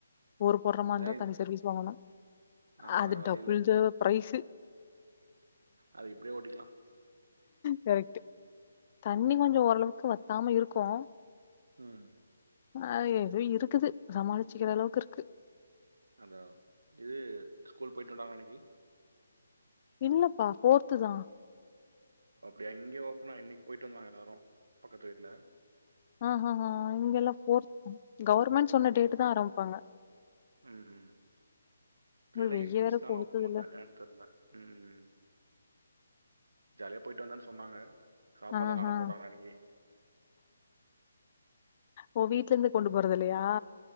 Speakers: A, on the left; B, on the right.
A: போரு போட்றமாரி
B: இதான்
A: இர்ந்தா தனி சர்வீஸ் வாங்கணோ
B: ஆமாம்
A: அது
B: வேறு வழி
A: டபுள்
B: இல்லை
A: செலவு ப்ரைஸு
B: அது இப்டியே ஓட்டிக்கலா
A: கரெக்ட்டு தண்ணீ கொஞ்சோ ஓரளவுக்கு வத்தாம இருக்கோ
B: ம்
A: அ எதோ இருக்குது சமாளிச்சிக்கிற அளவுக்கு இருக்கு
B: அதா இது ஸ்கூல் போய்ட்டு வந்தாங்களா இன்னிக்கி
A: இல்லப்பா ஃபோர்த்து தா
B: அப்டியா இங்க ஓப்பனா இன்னிக்கு போயிட்டு வந்தாங்க எல்லோரோ பக்கத்து வீட்ல
A: ஆஹா ஹா இங்கல்லா ஃபோர்த் தா கவர்மண்ட் சொன்ன
B: அப்படி
A: டேட்டு தா ஆரம்ப்பாங்க
B: ம் ஹு தெர்லங்க
A: ஒரு வெய்ய
B: கிட்ஸ்னால
A: வேற கொளுத்துதுல்ல
B: ஓப்பன் பண்டாங்களா தெர்ல ம் ஹு ஜாலியா போயிட்டு வந்தன்னு சொன்னாங்க சாப்பாடுலாம்
A: ஆ
B: நல்லா
A: ஹா
B: போட்டாங்க அன்னைக்கு
A: ஓ வீட்ல இர்ந்து கொண்டு போறது இல்லயா